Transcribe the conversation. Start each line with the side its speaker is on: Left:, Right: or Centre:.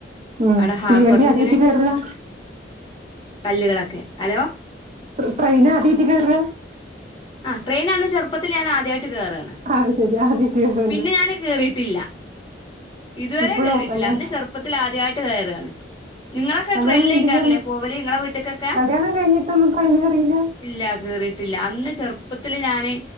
Right: ഉം
Left: അവിടെ ഹാർബറിൽ
Right: തീവണ്ടി ആദ്യട്ട്
Left: ഇങ്ങനെ
Right: കേറാ
Left: കല്ലുകളൊക്കെ ഹലോ
Right: ട്രെയിൻ ആദ്യാട്ട് കേറാ
Left: ആഹ് ട്രെയിൻ അന്ന് ചെറുപ്പത്തിൽ ഞാൻ ആദ്യായിട്ട് ട്ട് കേറാണ്
Right: അത് ശരി ആദ്യായിട്ട് കേറല്ലേ
Left: പിന്നെ ഞാന് കേറീട്ടില്ല ഇതുവരെ
Right: ഇപ്പഴോ
Left: കേറിയിട്ടില്ല
Right: കല്യാണം
Left: അന്ന് ചെറുപ്പത്തിൽ ആദ്യായിട്ട് കയറാണ് ഇങ്ങളൊക്കെ
Right: കല്യാണം
Left: ട്രെയിൽ
Right: കഴിഞ്ഞിട്ട്
Left: ആയിക്കാരൂല്ലേ
Right: കേറി
Left: പോവല് ഇങ്ങളെ വീട്ട്ക്കൊക്കെ
Right: കല്യാണം കഴിഞ്ഞിട്ടൊന്നും ട്രെയിനില് കേറിയില്ല
Left: ഇല്ല കേറിയിട്ടില്ല അന്ന് ചെറുപ്പത്തില് ഞാന്